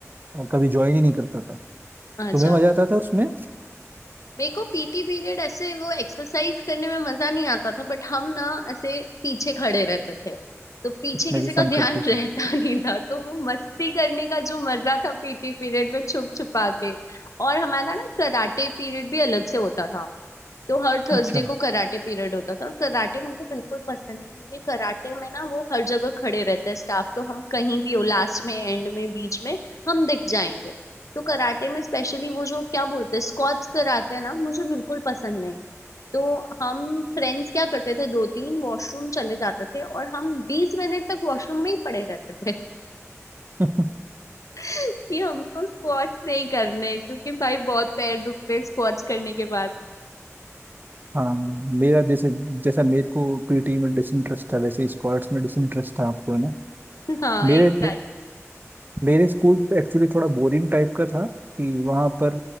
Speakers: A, on the right; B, on the left.
A: कभी ज्वाइन ही नहीं करता था
B: अच्छा
A: तो मैं मजा आता था उसमें
B: मेरे को पीटी पीरियड ऐसे वो एक्सरसाइज करने में मजा नहीं आता था बट हम ना ऐसे पीछे खड़े रहते थे तो पीछे
A: उसमें
B: किसी
A: भी
B: का
A: फन
B: ध्यान
A: करते थे
B: <laughs> रहता नहीं था तो वो मस्ती करने का जो मजा था पीटी पीरियड में छुप छुपा के और हमारा ना कराटे पीरियड भी अलग से होता था तो हर थर्सडे
A: अच्छा
B: को कराटे पीरियड होता था और कराटे मुझे बिल्कुल पसंद नहीं क्योंकि कराटे में ना वो हर जगह खड़े रहते हैं स्टाफ तो हम कहीं भी हो लास्ट में एंड में बीच में हम दिख जाएंगे तो कराटे में स्पेशली वो जो क्या बोलते हैं स्क्वाट्स कराते हैं ना मुझे बिल्कुल पसंद नहीं तो हम फ्रेंड्स क्या करते थे दो तीन वॉशरूम चले जाते थे और हम बीस मिनट तक वॉशरूम में ही पड़े रहते थे
A: <laughs>
B: <laughs> कि हमको स्क्वाट्स नहीं करने क्योंकि भाई बहुत पैर दुखते हैं स्क्वाट्स करने के बाद
A: हाँ मेरा जैसे जैसा मेरे को पीटी में डिसइंटरेस्ट था वैसे स्क्वाड्स में डिसइंटरेस्ट था आपको है ना
B: हाँ
A: मेरे
B: एग्जैक्ट
A: मेरे स्कूल पे एक्चुअली थोड़ा बोरिंग टाइप का था कि वहाँ पर